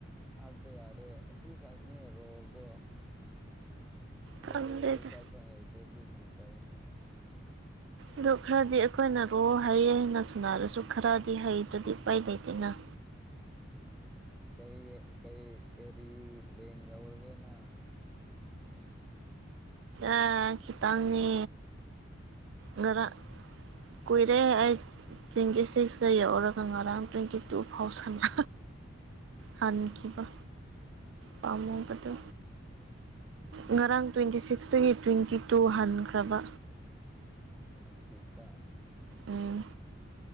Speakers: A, in the centre; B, on the right.
A: ꯍꯥꯠꯄ ꯌꯥꯔꯦ ꯑꯁꯤꯈꯛꯅꯦ ꯔꯣꯜꯗꯣ ꯑꯗꯣ
B: ꯈꯪꯗꯦꯗ
A: ꯔꯣꯜꯗꯣ ꯆꯠꯄ ꯍꯥꯏꯗ꯭ꯔꯗꯤ ꯀꯔꯤ ꯇꯧꯅꯤ
B: ꯑꯗꯨ ꯈꯔꯗꯤ ꯑꯩꯈꯣꯏꯅ ꯔꯣꯜ ꯍꯩꯌꯦ ꯍꯥꯏꯅ ꯁꯥꯟꯅꯔꯁꯨ ꯈꯔꯗꯤ ꯍꯩꯇꯔꯗꯤ ꯎꯄꯥꯏ ꯂꯩꯇꯦꯅ꯫
A: ꯎꯝ ꯀꯩ ꯀꯩ ꯀꯔꯤ ꯔꯦꯡ ꯌꯧꯔꯒꯦ ꯅꯥ
B: ꯑꯥ ꯈꯤꯇꯪꯅꯤ ꯉꯥꯔꯥꯡ ꯀꯨꯏꯔꯦ ꯑꯩ꯫ ꯇ꯭ꯋꯦꯟꯇꯤ ꯁꯤꯛꯁꯀ ꯌꯧꯔꯒ ꯉꯔꯥꯡ ꯇ꯭ꯋꯦꯟꯇꯤ ꯇꯨ ꯐꯥꯎ ꯁꯟꯅ ꯍꯈꯤꯕ ꯄꯥꯝꯃꯨꯕꯗꯨ꯫
A: ꯍꯥ
B: ꯉꯔꯥꯡ ꯇ꯭ꯋꯦꯟꯇꯤ ꯁꯤꯛꯁꯇꯒꯤ ꯇ꯭ꯋꯦꯟꯇꯤ ꯇꯨ ꯍꯟꯈ꯭ꯔꯕ꯫
A: ꯃꯥꯏꯊꯤꯛꯇ
B: ꯎꯝ